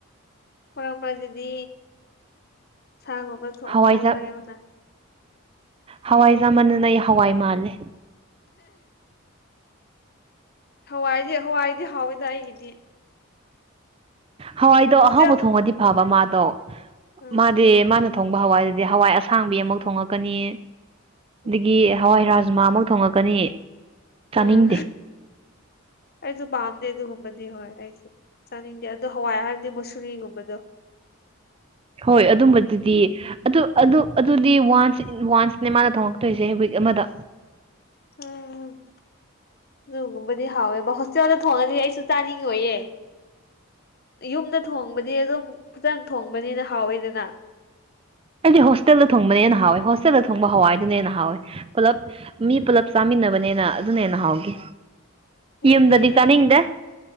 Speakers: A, on the left; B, on the right.
A: ꯃꯔꯥꯛ ꯃꯔꯥꯛꯗꯗꯤ ꯁꯥꯒꯨꯝꯕ ꯊꯣꯡꯕꯤꯌꯨ
B: ꯍꯋꯥꯏꯖꯥꯛ
A: ꯍꯥꯏꯌꯣꯅ
B: ꯍꯋꯥꯏ ꯆꯃꯟꯗꯅ ꯑꯩ ꯍꯋꯥꯏ ꯃꯥꯜꯂꯦ
A: ꯍꯋꯥꯏꯗꯤ ꯍꯋꯥꯏꯗꯤ ꯍꯥꯎꯋꯤꯗ ꯑꯩꯒꯤꯗꯤ
B: ꯍꯋꯥꯏꯗꯣ
A: ꯍꯣꯁꯇꯦꯜ
B: ꯑꯍꯥꯎꯕ ꯊꯣꯡꯉꯗꯤ ꯐꯕ ꯃꯥꯗꯣ
A: ꯎꯝ
B: ꯃꯥꯗꯤ ꯃꯥꯅ ꯊꯣꯡꯕ ꯍꯋꯥꯏꯗꯨꯗꯤ ꯍꯋꯥꯏ ꯑꯁꯥꯡꯕꯤ ꯑꯃꯨꯛ ꯊꯣꯡꯉꯛꯀꯅꯤ ꯑꯗꯒꯤ
A: ꯎꯝ
B: ꯍꯋꯥꯏ ꯔꯥꯖꯃꯥ ꯑꯃꯨꯛ ꯊꯣꯡꯉꯛꯀꯅꯤ ꯆꯥꯅꯤꯡꯗꯦ
A: ꯎꯝ ꯑꯩꯁꯨ ꯄꯥꯝꯗꯦ ꯑꯗꯨꯒꯨꯝꯕꯗꯤ ꯍꯣꯏ ꯑꯩꯁꯨ ꯆꯥꯅꯤꯡꯗꯦ ꯑꯗꯣ ꯍꯋꯥꯏ ꯍꯥꯏꯕꯗꯤ ꯃꯨꯁꯨꯔꯤꯒꯨꯝꯕꯗꯣ <inaudible>
B: ꯍꯣꯏ ꯑꯗꯨꯝꯕꯗꯨꯗꯤ ꯑꯗꯨ ꯑꯗꯨ ꯑꯗꯨꯗꯤ ꯋꯥꯟꯁ ꯋꯥꯟꯁꯅꯦ ꯃꯥꯅ ꯊꯣꯡꯉꯛꯇꯣꯏꯁꯦ ꯋꯤꯛ ꯑꯃꯗ
A: ꯎꯝ ꯑꯗꯨꯒꯨꯝꯕꯗꯤ ꯍꯥꯎꯋꯦ ꯕ ꯍꯣꯁꯇꯦꯜꯗ ꯊꯣꯡꯉꯗꯤ ꯑꯩꯁꯨ ꯆꯥꯅꯤꯡꯉꯣꯏꯌꯦ ꯌꯨꯝꯗ ꯊꯣꯡꯕꯗꯤ ꯑꯗꯨꯝ ꯈꯤꯇꯪ ꯊꯣꯡꯕꯅꯤꯅ ꯍꯥꯎꯋꯤꯗꯅ
B: ꯑꯩꯗꯤ ꯍꯣꯁꯇꯦꯜꯗ ꯊꯣꯡꯕꯅ ꯍꯥꯎꯋꯦ ꯍꯣꯁꯇꯦꯜꯗ ꯊꯣꯡꯕ ꯍꯋꯥꯏꯗꯨꯅꯦꯅ ꯍꯥꯎꯋꯦ ꯄꯨꯂꯞ ꯃꯤ ꯄꯨꯜꯂꯞ ꯆꯥꯃꯤꯟꯅꯕꯅꯦꯅ ꯑꯗꯨꯅ ꯍꯦꯟꯅ ꯍꯥꯎꯈꯤ
A: ꯑꯩꯗꯤ
B: ꯌꯨꯝꯗꯗꯤ ꯆꯥꯅꯤꯡꯗꯦ